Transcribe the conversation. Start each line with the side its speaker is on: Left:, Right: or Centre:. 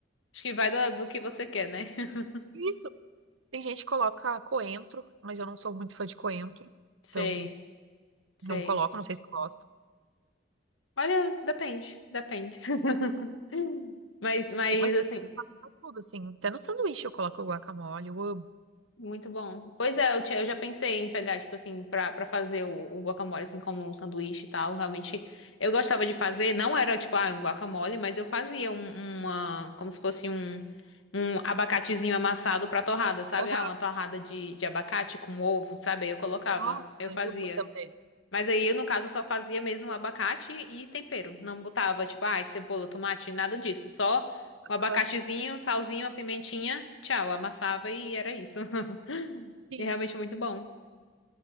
Left: acho que vai do, do que você quer, né? <laughs>
Right: Isso. Tem gente que coloca coentro, mas eu não sou muito fã de coentro.
Left: Sei,
Right: Então,
Left: sei.
Right: não coloco, não sei se tu gosta.
Left: Olha, depende, depende. <laughs> Mas,
Right: E-
Left: mas,
Right: Mas
Left: assim.
Right: eu faço pra tudo, assim. Até no sanduíche eu coloco guacamole, eu amo.
Left: Muito bom. Pois é, eu, tinha- eu já pensei em pegar, tipo assim, pra, pra fazer o, o guacamole, assim, como um sanduíche e tal. Realmente, eu gostava de fazer. Não era, tipo, ah, um guacamole, mas eu fazia um- uma... Como se fosse um, um abacatezinho amassado pra torrada, sabe?
Right: Aham.
Left: Ah, uma torrada de, de abacate com ovo, sabe? Aí eu colocava.
Right: Nossa,
Left: Eu
Right: eu
Left: fazia.
Right: amo também.
Left: Mas aí eu, no caso, só fazia mesmo o abacate e tempero. Não botava, tipo, ai, cebola, tomate, nada disso. Só
Right: Aham.
Left: o abacatezinho, um salzinho, a pimentinha, tchau. Amassava e era isso. <laughs>
Right: Sim.
Left: E é realmente muito bom.